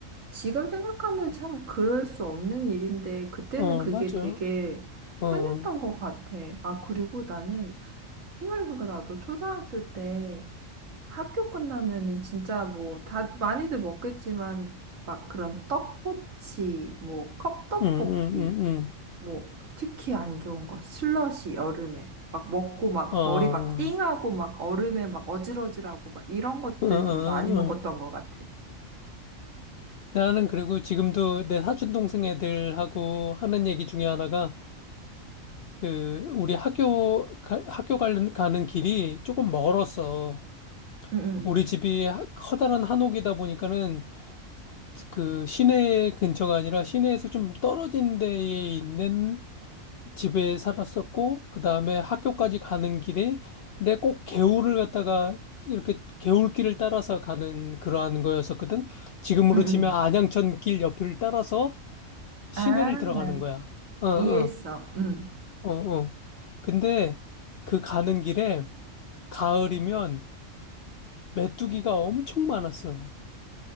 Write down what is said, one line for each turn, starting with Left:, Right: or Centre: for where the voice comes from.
Right: 지금 생각하면 참 그럴 수 없는 일인데, 그때는
Left: 어,
Right: 그게
Left: 맞아.
Right: 되게
Left: 어,
Right: 흔했던
Left: 응,
Right: 것 같아. 아, 그리고 나는 생각해보니까 나도 초등학교 때 학교 끝나면은 진짜 뭐, 다, 많이들 먹겠지만, 막 그런 떡꼬치, 뭐, 컵떡볶이,
Left: 응, 응,
Right: 뭐 특히 안 좋은 거 슬러시 여름에 막 먹고 막
Left: 응. 어,
Right: 머리 막 띵하고 막 얼음에 막 어질어질하고 막 이런 것들
Left: 응, 응, 응.
Right: 좀 많이 먹었던
Left: 응.
Right: 것 같아.
Left: 나는 그리고 지금도 내 사촌 동생 애들하고 하는 얘기 중에 하나가 그 우리 학교 가- 학교 가는 가는 길이 조금 멀었어.
Right: 응,
Left: 우리 집이 하- 커다란 한옥이다 보니까는 그 시내 근처가 아니라 시내에서 좀 떨어진 데에 있는 집에 살았었고 그다음에 학교까지 가는 길에 근데 꼭 개울을 갖다가 이렇게 개울길을 따라서 가는 그러한 거였었거든. 지금으로
Right: 응, 응.
Left: 치면 안양천 길 옆을 따라서 시내를
Right: 아,
Left: 들어가는 거야. 어, 어,
Right: 이해했어. 응
Left: 어, 어. 근데 그 가는 길에 가을이면 메뚜기가 엄청 많았어.